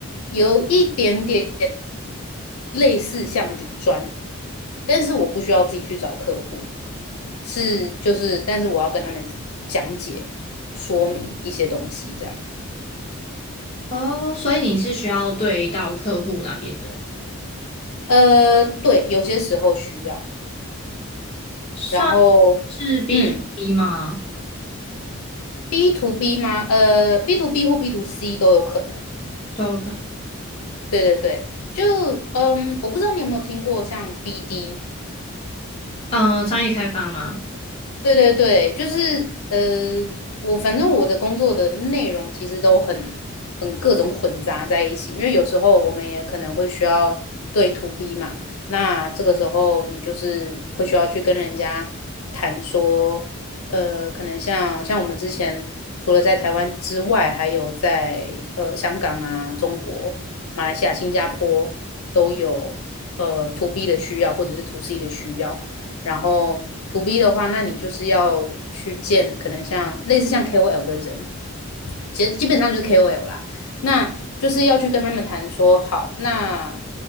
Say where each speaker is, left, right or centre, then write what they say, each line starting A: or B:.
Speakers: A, on the left (about 85°); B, on the left (about 25°).
A: 有一点点类似像底砖，但是我不需要自己去找客户。是就是，但是我要跟他们讲解说明一些东西，这样。
B: 嗯，哦，所以你是需要对到客户那边的，
A: 呃，对，有些时候需要。
B: 算
A: 然后，
B: 是 B
A: 嗯
B: to B 吗？
A: ，B to B 吗？呃，B to B 或 B to C 都有可能。
B: 都有可能，
A: 对对对，就嗯，我不知道你有没有听过像 BD，
B: 嗯、商业开发吗？
A: 对对对，就是呃，我反正我的工作的内容其实都很很各种混杂在一起，因为有时候我们也可能会需要对 to B 嘛，那这个时候你就是会需要去跟人家谈说，呃，可能像像我们之前除了在台湾之外，还有在呃香港啊、中国、马来西亚、新加坡都有呃 to B 的需要或者是 to C 的需要。然后 to B 的话，那你就是要去见可能像类似像 KOL 的人，其实基本上就是 KOL 啦。那就是要去跟他们谈说，好，那